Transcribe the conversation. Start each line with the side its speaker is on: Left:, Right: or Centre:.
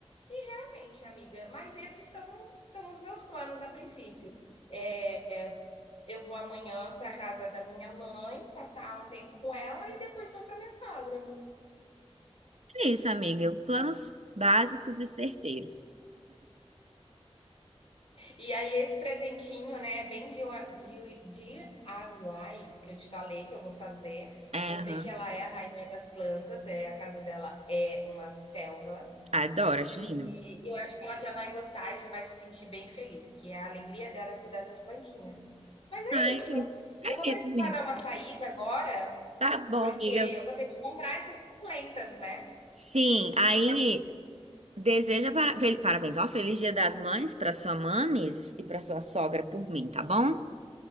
Left: E realmente, amiga, mas esses são, são os meus planos a princípio. É, eu vou amanhã para casa da minha mãe, passar um tempo com ela e depois vou para minha sogra.
Right: É isso, amiga. Planos básicos e certeiros.
Left: E aí, esse presentinho, né, é bem de, de, DIY, que eu te falei que eu vou fazer,
Right: É,
Left: porque eu sei
Right: aham.
Left: que ela é a rainha das plantas, é, a casa dela é uma selva,
Right: Adoro,
Left: e
Right: acho lindo.
Left: eu acho que ela já vai gostar e já vai se sentir bem feliz, que é a alegria dela é cuidar das plantinhas. Mas é
Right: Ai,
Left: isso. Eu vou precisar
Right: é isso, amiga.
Left: dar uma saída agora,
Right: Tá bom,
Left: porque
Right: amiga.
Left: eu vou ter que comprar essas suculentas, né?
Right: Sim, aí deseja para... fel- parabéns, ó, feliz Dia das Mães para sua mames e para sua sogra por mim, tá bom?